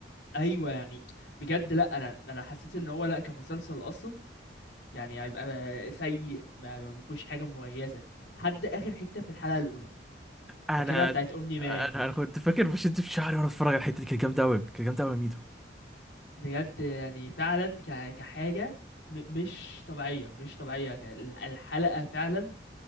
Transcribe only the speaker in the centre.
انا
انا
انا كنت فاكر بشد في شعري وانا بتفرج على الحته دي كانت جامده قوي كانت جامده قوي يا ميدو